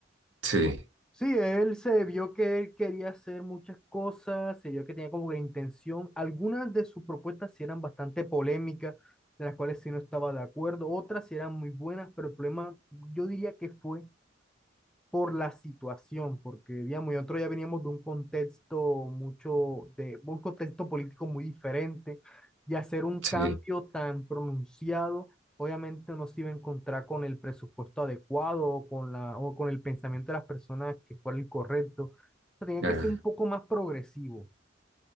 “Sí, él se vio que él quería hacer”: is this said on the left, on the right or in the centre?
Centre